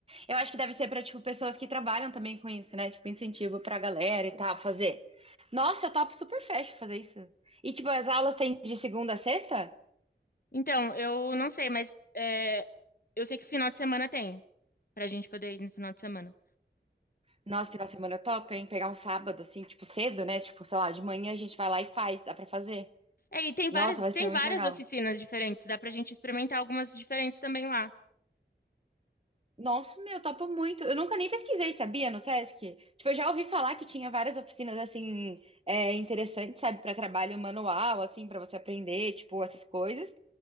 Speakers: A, on the right; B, on the left.
A: Eu acho que deve ser pra, tipo, pessoas que trabalham também com isso, né? Tipo, incentivo pra galera e tal, fazer. Nossa, eu topo super fecho fazer isso. E, tipo, as aulas têm de segunda a sexta?
B: Então, eu não sei, mas é, eu sei que final de semana tem, pra gente poder ir no final de semana.
A: Nossa, final de semana top, hein? Pegar um sábado, assim, tipo, cedo, né? Tipo, sei lá, de manhã a gente vai lá e faz, dá pra fazer.
B: É, e tem várias,
A: Nossa, vai ser
B: tem
A: muito
B: várias
A: legal.
B: oficinas diferentes, dá pra gente experimentar algumas diferentes também lá.
A: Nossa, meu, topo muito. Eu nunca nem pesquisei, sabia, no Sesc? Tipo, eu já ouvi falar que tinha várias oficinas, assim, é, interessantes, sabe, pra trabalho manual, assim, pra você aprender, tipo, essas coisas.